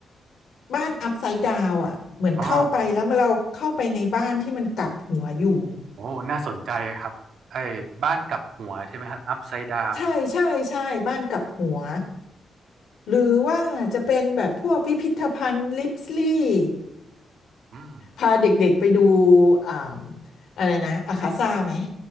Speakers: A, on the left; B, on the right.
A: บ้านอัพไซด์ดาวอ่ะเหมือนเข้าไปแล้วเราเข้าไปในบ้านที่มันกลับหัวอยู่
B: อ๋อโอ้น่าสนใจครับไอ้บ้านกลับหัวใช่ไหมครับอัพไซด์ดาว
A: ใช่ใช่ใช่บ้านกลับหัวหรือว่าจะเป็นแบบพวกพิพิธภัณฑ์ลิปสลีย์
B: อืม
A: พาเด็กๆไปดูอ่าอะไรนะอาคาซ่าไหม